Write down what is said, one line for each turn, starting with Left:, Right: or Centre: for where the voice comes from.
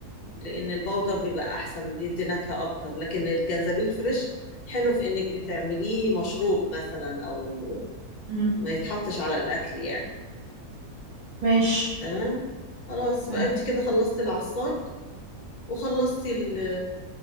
Left: لأن البودر بيبقى أحسن بيدي نكهة أكتر لكن الجنزبيل فريش حلو في إنك بتعمليه مشروب مثلا أو
Right: امم
Left: ما يتحطش على الأكل يعني
Right: ماشي
Left: تمام خلاص
Right: تمام.
Left: بقى انت كده خلصتي العصاج وخلصتي ال